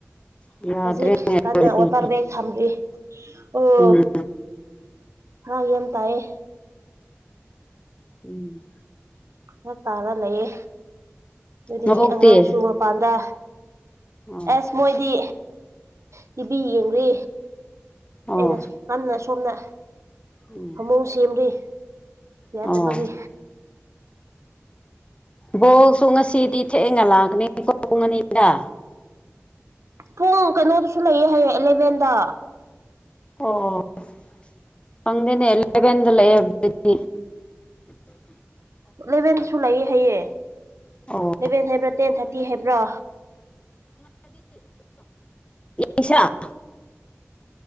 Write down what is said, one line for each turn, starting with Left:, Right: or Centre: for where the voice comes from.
Left: ꯌꯥꯗ꯭ꯔꯦꯅꯦ
Right: ꯍꯧꯖꯤ ꯀꯅꯥ
Left: ꯑꯗꯨꯗꯤ
Right: ꯋꯥꯇꯔ ꯒ ꯊꯝꯔꯤ ꯑꯣ
Left: ꯎꯝ
Right: ꯍ ꯌꯦꯟ ꯇꯑꯌꯦ
Left: ꯎꯝ
Right: ꯐꯔꯛ ꯇꯥꯔ ꯂꯩꯌꯦ ꯑꯗꯨꯗꯒꯤ
Left: ꯅꯕꯣꯛꯇꯤ
Right: ꯑꯉꯥꯡꯁꯨ ꯃꯄꯥꯟꯗ
Left: ꯑꯣ
Right: ꯑꯁ ꯃꯣꯏꯗꯤ ꯇꯤꯚꯤ ꯌꯦꯡꯦ
Left: ꯑꯣ
Right: ꯑꯩꯅ ꯀꯟꯅ ꯁꯣꯝꯅ
Left: ꯎꯝ
Right: ꯐꯃꯨꯡ ꯁꯦꯝꯂ ꯌꯥꯗꯕꯒꯤ
Left: ꯑꯣ ꯕꯣꯁꯨ ꯉꯁꯤꯗꯤ ꯊꯦꯛꯑꯦ ꯉ ꯂꯥꯛꯀꯅꯤ ꯀꯣꯨꯡ ꯑꯅꯤꯗ
Right: ꯄꯨꯡ ꯀꯩꯅꯣꯗꯨꯁꯨ ꯂꯩꯌꯦꯦ ꯍꯌꯦꯡ ꯑꯦꯂꯦꯚꯦꯟꯗ
Left: ꯑꯣ ꯐꯪꯅꯦꯂꯒꯗ ꯂꯩꯦꯕ
Right: ꯏꯂꯦꯚꯦꯟꯁꯨ ꯂꯩꯌꯦꯦ ꯍꯩꯌꯦꯦ ꯁꯂꯚꯦꯟ
Left: ꯑꯣ
Right: ꯍꯥꯏꯕ꯭ꯔꯥ ꯇꯦꯟ ꯊꯥꯔꯇꯤ ꯍꯥꯏꯕ꯭ꯔꯥ
Left: ꯗꯤꯁꯪ